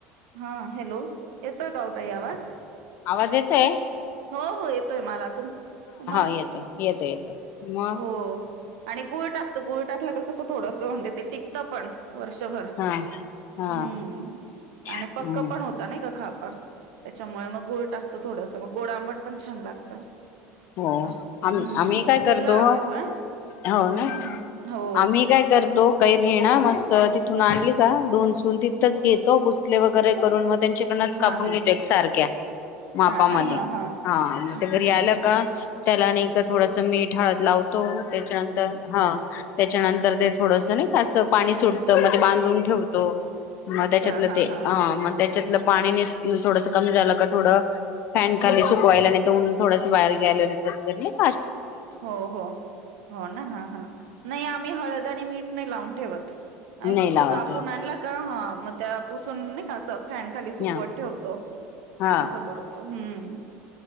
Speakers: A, on the right (about 85°); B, on the left (about 40°).
A: हा हॅलो येतोय का वो ताई आवाज?
B: आवाज येतंय.
A: हो हो येतोय मला तुमचा. तुम्हाला?
B: येतोय येतोय येतोय मग
A: हो. आणि गुळ टाकतो. गुळ टाकला क कसं थोडस म्हणजे ते टिकतं पण वर्षभर.
B: हा हा
A: हुं आणि
B: हम्म
A: पक्क पण होतं नाही का खा त्याच्यामुळे मग गोळ टाकतो थोडस मग गोड आंबट पण छान लागत.
B: हो.
A: अस हम्म
B: आम आम्ही काय
A: केला
B: करतो.
A: आम्ही पण
B: हो ना.
A: हा हा हो
B: आम्ही काय करतो. कैरी हेना मस्त तिथून आणली का धून सून तिथंच घेतो पुसले वगैरे करून मग -- त्यांच्याकडनच कापून
A: हा हा
B: घेतो एक सारख्या मापामध्ये
A: हा ना हा
B: हा मग
A: ह
B: ते घरी
A: ह
B: आल्यावर -- त्याला नाही का थोडस मीठ, हळद लावतो. त्याच्यानंतर हा. त्याच्यानंतर ते थोडंसं नाही असं पाणी सुटत मग ते बांधून ठेवतो. मग
A: अच्छा
B: त्याच्यातलं
A: हा
B: ते
A: हा
B: ह मग त्याच्यातलं पाणी नि थोडंस कमी झालं का थोडं फॅन
A: हा
B: खाली
A: हा
B: सुकवायला नाही तर ऊन थोडंस बाहेर गॅलरीत वगैरे- -
A: हो हो हो ना हा हा नाही आम्ही हळद आणि मीठ -- नाही लावून ठेवत. आम्ही
B: नाही
A: फक्त
B: लावत
A: कापून आणला का ह मग त्या पुसून नाही का असं? फॅन खाली
B: हा
A: सुकवत ठेवतो
B: हा
A: असं करतो हुं.